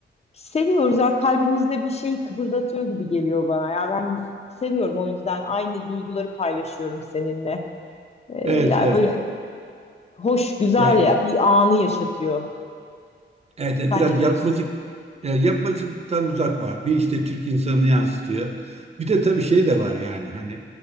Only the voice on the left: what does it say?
seviyoruz. ya kalbimizde bir şeyi kıpırdatıyor gibi geliyor bana. Ya ben seviyorum o yüzden aynı duyguları paylaşıyorum seninle. Ee,
yani
böyle hoş, güzel
ya bir anı yaşatıyor.
Sen
ne diyorsun?